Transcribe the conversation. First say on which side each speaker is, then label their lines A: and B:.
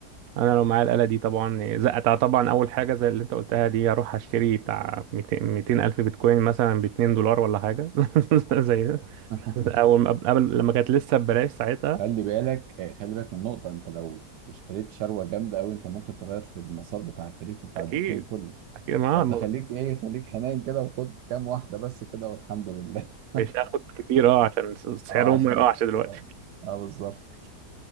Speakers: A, on the right; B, on the right.
A: انا لو معايا الآلة دي طبعا زقتها طبعا اول حاجة زي اللي انت قلتها دي اروح اشتري بتاع 200 الف بيتكوين مثلا ب 2 دولار ولا حاجة <laughs> زي
B: <laughs>
A: اول ما قبل لما كانت لسه ببلاش ساعتها
B: خلي بالك آه، خلي بالك من نقطة انت لو اشتريت شروة جامدة قوي انت ممكن تغير في المسار بتاع التاريخ بتاع
A: اكيد
B: البيتكوين كله
A: اكيد معاها
B: فانت
A: الموضوع.
B: خليك ايه خليك حنين كده وخد كام واحدة بس كده والحمد لله <laughs>
A: مش هاخد كتير اه عشان س- سعرهم
B: اه عشان
A: ما يقعش
B: ما تخسرش
A: دلوقتي
B: اه بالظبط